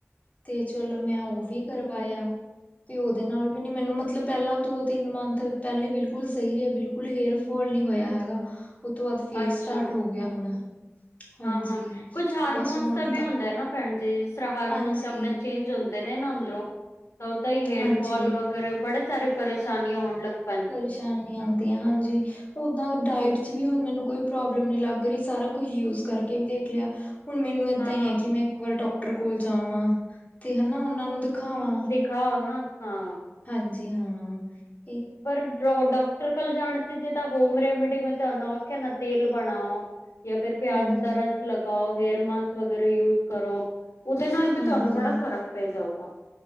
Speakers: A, on the left (about 30°); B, on the left (about 80°).
A: ਤੇ ਚਲੋ ਮੈਂ ਉਹ ਵੀ। ਕਰਵਾਇਆ, ਤੇ ਉਹਦੇ ਨਾਲ ਵੀ ਨੀ ਮੈਨੂੰ ਮਤਲਬ ਪਹਿਲਾਂ ਦੋ, ਤਿੰਨ ਮੰਥ ਪਹਿਲੇ ਬਿਲਕੁਲ ਸਹੀ ਰਿਹਾ, ਬਿਲਕੁਲ ਹੇਅਰ ਫੋਲ ਨਹੀਂ ਹੋਇਆ ਹੈਗਾ, ਉਹ ਤੋਂ ਬਾਅਦ ਫੇਰ
B: ਅੱਛਾ,
A: ਸਟਾਰਟ ਹੋ ਗਿਆ ਹੁਣ, ਹਾਂਜੀ
B: ਹਾਂ- ਹਾਂ, ਕੁਛ ਹਾਰਮੋਨਸ
A: ਤੇ ਬਸ ਹੁਣ
B: ਤਾਂ ਵੀ ਹੁੰਦਾ ਹੈ ਨਾ ਭੈਣ ਜੀ, ਜਿਸ ਤਰ੍ਹਾਂ ਹਾਰਮੋਨ
A: ਹਾਂਜੀ
B: ਆਪਣੇ ਚੇਂਜ ਹੁੰ ਦੇ ਨਾ ਅੰਦਰੋਂ, ਤਾਂ ਓਦਾਂ ਹੀ ਹੇਅਰ
A: ਹਾਂਜੀ
B: ਫਾਲ ਵਗੈਰਾ ਬੜੇ ਸਾਰੇ ਪਰੇਸ਼ਾਨੀਆਂ ਹੋਣ ਲੱਗ ਪਾ,
A: ਪਰੇਸ਼ਾਨੀ ਆਉਂਦੀਆਂ ਹਾਂਜੀ, ਉਦਾਂ ਡਾਇਟ
B: ਹਾਂ,
A: 'ਚ ਵੀ ਹੁਣ ਮੈਨੂੰ ਕੋਈ ਪ੍ਰੋਬਲਮ ਨੀ ਲੱਗ ਰਹੀ, ਸਾਰਾ ਕੁਛ ਯੂਜ ਕਰਕੇ ਵੀ ਦੇਖ ਲਿਆ, ਹੁਣ ਮੈਨੂੰ ਏਦਾਂ
B: ਹਾਂ,
A: ਹੀ
B: ਹਾਂ,
A: ਹੈ ਕਿ ਮੈਂ ਇੱਕ ਵਾਰ ਡਾਕਟਰ ਕੋਲ ਜਾਵਾਂ, ਤੇ ਹਨਾ ਉਹਨਾਂ ਨੂੰ ਦਿਖਾਵਾਂ,
B: ਖਾਓ ਨਾ, ਹਾਂ
A: ਹਾਂਜੀ ਹਾਂ,, !
B: ਪਰ ਡੋ ਡਾਕਟਰ ਕੋਲ ਜਾਣ ਸੀ ਜੇ ਤਾਂ ਹੋਮ ਰੈਮੇਡੀ ਮੈਂ ਤੁਹਾਨੂੰ ਆਖਿਆ ਨਾ ਤੇਲ ਬਣਾਓ! ਜਾਂ ਫਿਰ ਪਿਆਜ
A: ਹਾਂਜੀ
B: ਦਾ ਰਸ ਲਗਾਓ, ਹੇਅਰ ਮਾਸਕ ਵਗੈਰਾ ਯੂਜ ਕਰੋ, ਉਹਦੇ ਨਾਲ ਵੀ
A: ਹਾਂਜੀ
B: ਤੁਹਾਨੂੰ ਬੜਾ ਫ਼ਰਕ ਪੈ ਜਾਊਗਾ,,